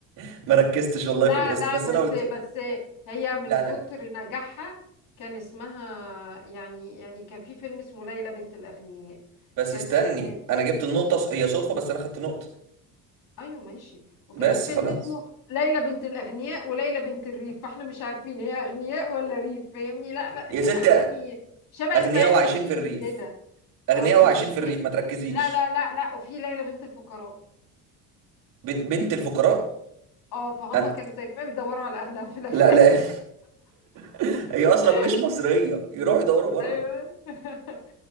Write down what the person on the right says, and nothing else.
<laughs> ما ركزتش والله
في الاسم
بس
انا قلت
لا
انا
بس
استني انا
جبت
النقطة ص- هي صدفة بس انا خدت نقطة
بس
خلاص
يا
ستة
اغنياء
وعايشين
في الريف
اغنياء
وعايشين
في الريف ما تركزيش
بن- بنت الفقراء
أنا...
لا لا <laughs> هي اصلا
مش مصرية يروحوا يدوروا بره